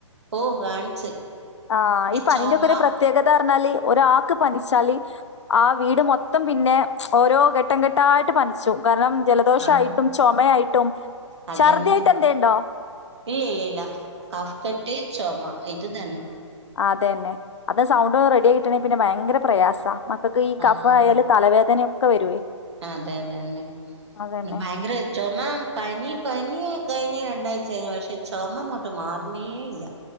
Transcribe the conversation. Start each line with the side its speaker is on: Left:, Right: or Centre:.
Right: ഓ കാണിച്ച്
Left: ആഹ് ഈ പനിന്റെ
Right: ചൊമ
Left: ഒക്കെ ഒരു പ്രത്യേകത പറഞ്ഞാല് ഒരാക്ക് പനിച്ചാല് ആ വീട് മൊത്തം പിന്നെ ഓരോ ഘട്ടം ഘട്ടായിട്ട് പനിച്ചും കാരണം ജലദോഷയിട്ടും
Right: ആഹ്
Left: ചുമയായിട്ടും
Right: അതന്നെ
Left: ഛർദ്ധി ആയിട്ട് എന്തെ ഇണ്ടോ
Right: ഇല്ല ഇല്ല ഇല്ല കഫ്കെട്ട് ചൊമ ഇത് തന്നെ
Left: അതെന്നെ അത് സൗണ്ട് ഒന്ന് റെഡി ആയിക്കിട്ടണെങ്കിൽ പിന്നെ ഭയങ്കര പ്രയാസ മക്കൾക്ക് ഈ
Right: ആഹ്
Left: കഫായാല് തലവേദനയൊക്കെ വരുവേ
Right: അതെ അതെന്നെ
Left: അതന്നെ
Right: ന്നെഭയങ്കര ചൊമ പനി പനി കഴിഞ്ഞ് രണ്ടാഴ്ച കഴിഞ്ഞു പക്ഷെ ചൊമ അങ്ങോട്ട് മാറണേ ഇല്ല